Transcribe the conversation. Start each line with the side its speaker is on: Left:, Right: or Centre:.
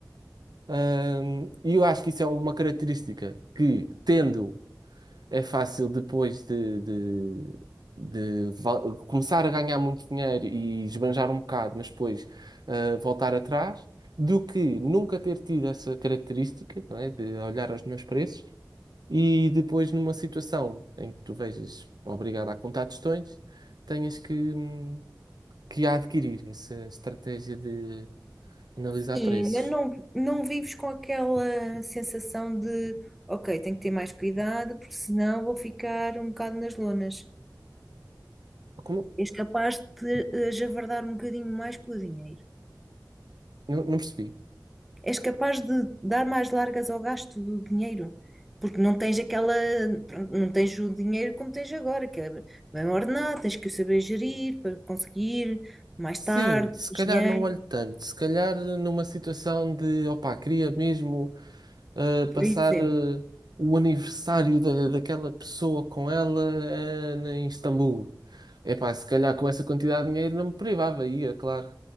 Right: Ahm, E eu acho que isso é uma característica que, tendo, é fácil depois de, de, de val- começar a ganhar muito dinheiro e esbanjar um bocado, mas depois eh, voltar atrás, do que nunca ter tido essa característica, não é, de olhar aos meus preços e depois, numa situação em que tu vejas obrigado a contar tostões, tenhas que, hum, que adquirir essa estratégia de analisar
Centre: Sim,
Right: preços.
Centre: mas não, não vives com aquela sensação de, ok, tenho que ter mais cuidado, porque senão vou ficar um bocado nas lonas.
Right: Como?
Centre: És capaz de eh, javardar um bocadinho mais com o dinheiro.
Right: Não, não percebi.
Centre: És capaz de dar mais largas ao gasto do dinheiro, porque não tens aquela, pronto, não tens o dinheiro como tens agora, que é bem ordenado, tens que o saber gerir para conseguir mais
Right: Sim,
Centre: tarde,
Right: se
Centre: mais
Right: calhar
Centre: dinheiro,
Right: não olho tanto. Se calhar numa situação de, opá, queria mesmo ah,
Centre: por
Right: passar
Centre: exemplo.
Right: ah, o aniversário da, daquela pessoa com ela ah, em Istambul. Epá, se calhar com essa quantidade de dinheiro não me privava, ia, claro.